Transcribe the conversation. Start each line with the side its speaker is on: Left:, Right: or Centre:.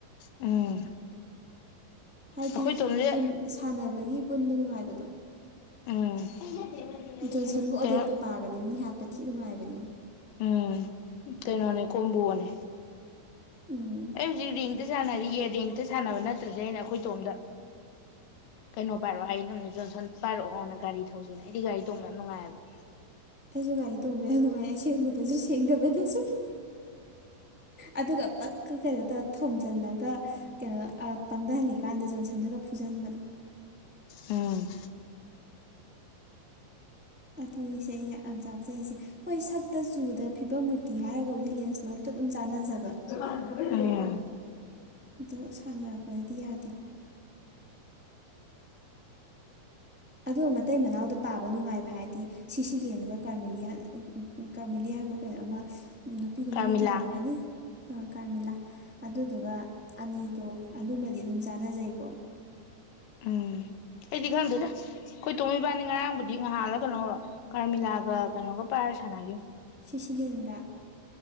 Left: ꯎꯝ
Centre: ꯍꯥꯏꯗꯤ
Left: ꯑꯩꯈꯣꯏ ꯇꯣꯝꯁꯦ
Centre: ꯁꯥꯟꯅꯕꯒꯤ ꯄꯨꯟꯕ ꯅꯨꯡꯉꯥꯏꯕꯗꯣ
Left: ꯎꯝ ꯀꯩꯅꯩꯅꯣ
Centre: ꯖꯣꯟꯁꯟꯒ ꯑꯣꯗꯦꯠꯀ ꯄꯥꯈ꯭ꯔꯗꯤ ꯃꯤ ꯍꯥꯠꯄ ꯊꯤ ꯅꯨꯡꯉꯥꯏꯕꯅꯤ
Left: ꯎꯝ ꯀꯩꯅꯣꯅꯦ ꯀꯣꯝꯕꯣꯅꯦ
Centre: ꯎꯝ
Left: ꯑꯩ ꯍꯧꯖꯤꯛ ꯔꯦꯡꯛꯇ ꯁꯥꯟꯅꯔꯤꯌꯦ ꯔꯦꯡꯇ ꯁꯥꯟꯅꯕ ꯅꯠꯇ꯭ꯔꯗꯤꯦ ꯑꯩꯅ ꯑꯩꯈꯣꯏꯇꯣꯝꯗ
Centre: <inaudible>
Left: ꯀꯩꯅꯣ ꯄꯥꯏꯔꯛꯑꯣ ꯍꯥꯏꯅꯦ ꯖꯣꯟꯁꯟ ꯄꯥꯏꯔꯛꯑꯣꯅ ꯒꯥꯔꯤ ꯊꯧꯁꯤꯅ ꯑꯩꯗꯤ ꯒꯥꯔꯤ ꯇꯣꯡꯗꯅ ꯅꯨꯡꯉꯥꯏꯑꯕ
Centre: ꯑꯩꯁꯨ ꯒꯥꯔꯤ ꯇꯣꯡꯕ ꯌꯥ ꯅꯨꯡꯉꯥꯏ ꯑꯁꯦꯡꯕꯗꯁꯨ ꯁꯦꯡꯗꯕꯗꯁꯨ ꯑꯗꯨꯒ ꯄ ꯀ ꯀꯔꯤ ꯇꯔꯣ ꯊꯣꯝꯖꯤꯜꯂꯒ ꯀꯩꯅꯣ ꯄꯪꯊꯍꯜꯂꯤꯀꯥꯟꯗ ꯖꯣꯟꯁꯟꯗꯒ ꯐꯨꯖꯟꯕꯗꯣ
Left: ꯎꯝ
Centre: ꯑꯗꯨꯅꯤꯁꯦ ꯑꯩ ꯌꯥꯝ ꯆꯥꯛꯆꯩꯁꯦ ꯍꯣꯏ ꯁꯛꯇ ꯆꯨꯗ ꯐꯤꯕꯝ ꯃꯨ꯭ꯔꯇꯤ ꯍꯥꯏꯔꯒꯕꯨꯗꯤ ꯂꯦꯟꯁꯂꯣꯠ ꯇꯧ ꯑꯗꯨꯝ ꯆꯥꯟꯅꯖꯕ
Left: <inaudible>
Centre: ꯑꯗꯣ ꯁꯥꯟꯅꯔꯛꯄꯗꯗꯤ ꯌꯥꯗꯦꯀꯣ ꯑꯗꯣ ꯃꯇꯩ ꯃꯅꯥꯎꯗ ꯄꯥꯕ ꯅꯨꯡꯉꯥꯏꯕ ꯍꯥꯏꯔꯗꯤ ꯁꯤꯁꯤ ꯂꯦꯟꯉꯒ ꯀꯔꯃꯤꯂꯤꯌꯥ ꯀꯔꯃꯤꯂꯤꯌꯥ ꯍꯥꯏꯕ꯭ꯔ ꯀꯩꯅꯣ ꯑꯃ ꯅꯨꯄꯤꯗꯣ ꯃꯃꯤꯡ
Left: ꯀꯥꯔꯃꯤꯂꯥ
Centre: ꯀꯥꯎꯈ꯭ꯔꯦꯅꯦ ꯀꯥꯔꯃꯤꯂꯥ ꯑꯗꯨꯗꯨꯒ ꯑꯅꯤꯗꯣ ꯑꯗꯨꯃꯗꯤ ꯑꯗꯨꯝ ꯆꯥꯟꯅꯖꯩꯀꯣ
Left: ꯎꯝ ꯑꯩꯗꯤꯒ ꯈꯪꯗ‌ꯦꯗꯥ ꯑꯩꯈꯣꯏ ꯇꯣꯝ ꯏꯕꯥꯟꯅꯤ ꯉꯔꯥꯡꯕꯨꯗꯤ ꯅꯍꯥꯜꯂ ꯀꯩꯅꯣ ꯀꯥ꯭ꯔꯃꯤꯂꯥꯒ ꯀꯩꯅꯣꯒ ꯄꯥꯏꯔ ꯁꯥꯟꯅꯥꯒꯤ
Centre: ꯁꯤꯁꯤꯂꯤꯑꯦꯟꯒꯥ